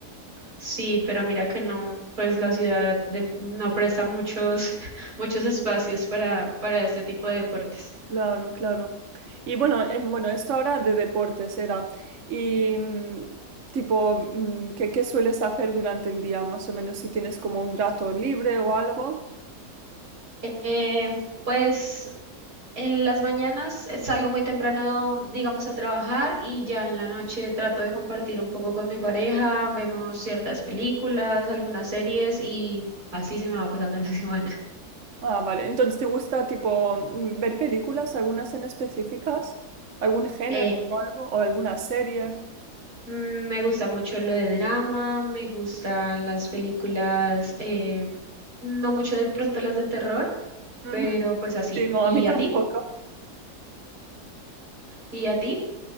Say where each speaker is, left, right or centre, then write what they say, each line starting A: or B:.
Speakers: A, on the right (about 70°); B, on the right (about 55°).
A: Sí, pero mira que no, pues la ciudad de- no presta muchos, <laughs> muchos espacios para, para este tipo de deportes.
B: Claro, claro. Y bueno, eh, bueno, esto ahora de deportes era. Y mm, tipo, mm, ¿qué, qué sueles hacer durante el día, más o menos, si tienes como un rato libre o algo?
A: Eh, pues en las mañanas eh, salgo muy temprano, digamos, a trabajar y ya en la noche trato de compartir un poco con mi pareja, vemos ciertas películas, algunas series y así se me va pasando <laughs> la semana.
B: Ah, vale. Entonces, ¿te gusta tipo mm, ver películas, algunas en específicas? ¿Algún género
A: Eh,
B: o algo? ¿O alguna serie?
A: mm, me gusta mucho lo de drama, me gustan las películas, eh, no mucho de pronto las de terror,
B: Ujú.
A: pero pues así.
B: Sí, no,
A: ¿Y
B: a mí tampoco.
A: a ti? ¿Y a ti?